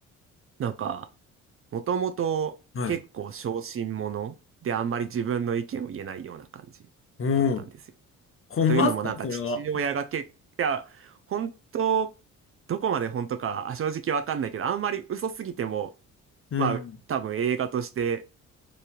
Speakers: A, on the right (about 45°); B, on the left (about 40°).
A: なんか、もともと結構小心者であんまり自分の意見を言えないような感じだったんですよ。
B: はい。おー。ほんまっすかそれは。
A: というのもなんか父親がけ、いや、本当、どこまで本当かあ正直わかんないけど、あんまり嘘すぎても、
B: うん。
A: まあ多分映画として